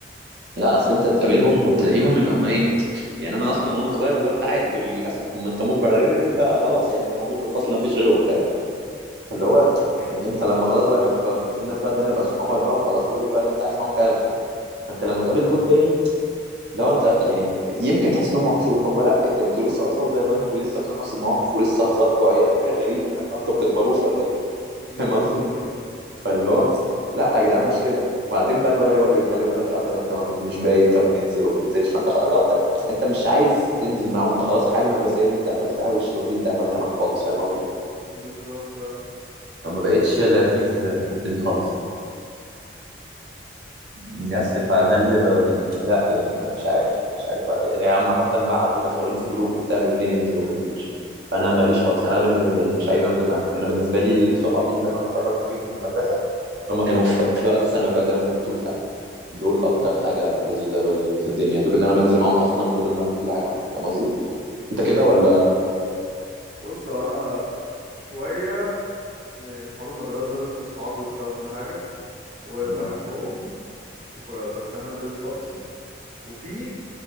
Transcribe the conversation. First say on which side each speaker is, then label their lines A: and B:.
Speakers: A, on the right; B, on the right.
A: لا اصل انت تقابلهم وتلاقيهم اللي هم ايه يعني انا اصلا وانا صغير اللي هو انت عادي دول للاسف ما انت مجبر عليهم لان انت خلاص يعني انت موجود في الفصل ما فيش غيرهم فاهم فاللي
B: امم
A: هو يعني انت لما خلاص بقى قابلت بقى في ناس بقى تانية بقى صحابك بقى وخلاص دول بقى اللي انت عايش معاهم فعلا يعني فانت لما تقابل دول تاني لو انت يعني يمكن تحس ان هم وحشوك هم لا ده انتوا لسه اطفال زي ما انتوا لسه بتعملوا نفس المواقف ولسه هزاركوا عيال وحاجه غريبه فاهم لو انتوا بتكبروش ولا ايه <laughs>
B: امم
A: فاهم قصدي فاللي هو لا يا جدعان مش كده وبعدين بقى اللي هو يقعد يتكلم يقول لك لا طب انت ما بت... مش باين انت بننزل وما ننزلش فانت خ- لو انت انت مش عايز تنزل معاهم انت خلاص الحياه المدرسيه دي انت قفلتها والشباب دي انت قفلت معاها خالص فاهم قصدي
B: بالظبط اه.
A: ما ما بقتش لذيذ في الحته دي خالص بس فده اللي بقى يعني لا يعني ما مش عارف مش عارف يعني هم حتى انبعتوا ودخلوني في جروب وبتاع بيقولوا لي ننزل وما ننزلش فانا ماليش خالص يعني انا بالنسبه يعني مش عايز انزل معاهم يعني انا بالنسبه لي صحابي اللي انا اتخرجت بيهم من المدرسه هم كانوا في في وقت ثانوي بقى زي ما انت بتقول فعلا دول اكتر
B: امم
A: حاجه لذيذه بز- في الدنيا يعني دول اللي انا بنزل معاهم اصلا ودول اللي بعمل كل حاجه معاهم فاهم قصدي انت كده ولا
B: بص أنا شوية من أصحاب المدرسة لسه صحابي وبتاع وكل حاجة وبحبهم
A: امم
B: وك- بس احنا مزاجش خالص وفي